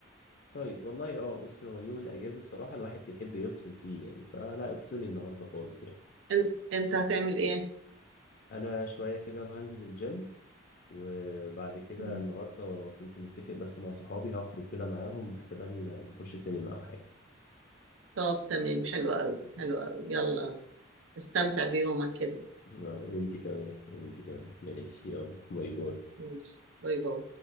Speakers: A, on the left; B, on the right.
A: طيب والله اه بصي هو يوم الأجازة بصراحة الواحد بيحب يفصل فيه يعني فلا افصلي النهاردة خالص يعني
B: انت, انت هتعمل ايه
A: أنا شوية كده وهنزل الجيم وبعد كده
B: مم.
A: النهارده كنت متفق بس مع صحابي هخرج كده معاهم احتمال نخش سينما او حاجه
B: طب تمام حلو قوي حلو قوي يلا استمتع بيومك كده
A: وانتي كمان وانتي كمان ماشي يلا باي باي
B: ماشي باي باي